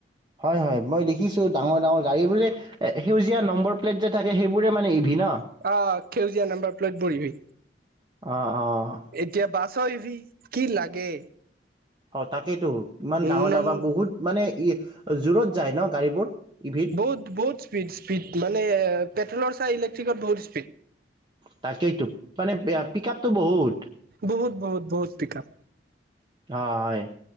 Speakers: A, on the right (about 25°); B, on the right (about 55°).
A: হয় হয় মই দেখিছো ডাঙৰ ডাঙৰ গাড়ীবোৰে সেউজীয়া নম্বৰ প্লেট, যে থাকে সেইবোৰে মানে ইভি ন
B: অ সেউজীয়া নাম্বাৰ প্লেট বহিবি
A: অঁ অঁ
B: এতিয়া বাছ ই ভি কি লাগে
A: তাকেইেতো ইমান
B: উম
A: ডাঙৰ ডাঙৰ বা বহুত মানে ই জোৰত যায় ন গাড়ীবোৰ ইভিত
B: বহুত বহুত স্পীড স্পীড মানে পেট্ৰলৰ এ ইলেন্ত্ৰিকত দৌ <unintelligible>
A: তাকেইতো মানে পিক আপটো বহুত
B: বহুত বহুত বহুত পিকাপ
A: অঁ হয়